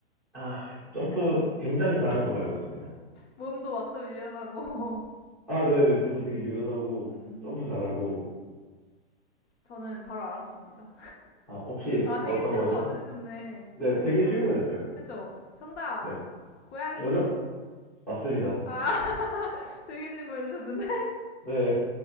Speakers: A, in the centre; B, on the left.
A: 아, 점프 굉장히 잘하는 걸로 알고 있습니다.
B: 몸도 막 좀 유연하고.
A: 아, 네네. 몸도 되게 유연하고,
B: <laughs> 음.
A: 점프 잘하고.
B: 저는 바로 알았습니다.
A: 아, 혹시
B: 아, 되게
A: 어떤
B: 쉬운
A: 거죠?
B: 거 내주셨네.
A: 네,
B: 혹시
A: 되게
B: 정,
A: 쉬운 거였어요.
B: 그쵸? 정답!
A: 네.
B: 고양이?
A: 뭐죠? 맞습니다.
B: 아, <laughs> 되게 쉬운 거 내주셨는데.
A: 네.